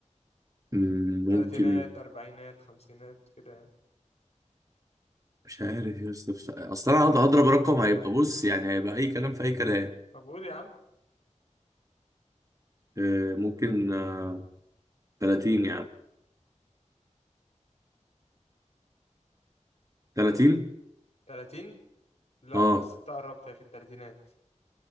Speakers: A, on the right; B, on the left.
A: مم،
B: تلاتينات
A: ممكن
B: أربعينات خمسينات كده يعني
A: مش عارف يا اسطى بس- اصل انا هقعد هضرب رقم هيبقى بص يعني هيبقى اي كلام في اي كلام
B: طب قول يا عم
A: إيه، ممكن آه، 30 يعني 30
B: تلاتين لا
A: اه
B: بس انت قربت هي في التلاتينات